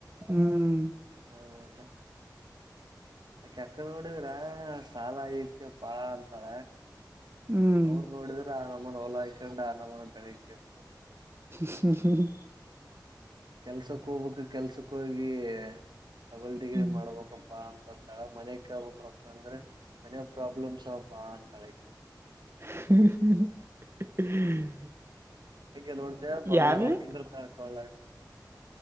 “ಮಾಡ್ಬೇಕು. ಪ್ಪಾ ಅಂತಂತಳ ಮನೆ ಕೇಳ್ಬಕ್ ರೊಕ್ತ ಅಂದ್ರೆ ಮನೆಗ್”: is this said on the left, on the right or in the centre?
Right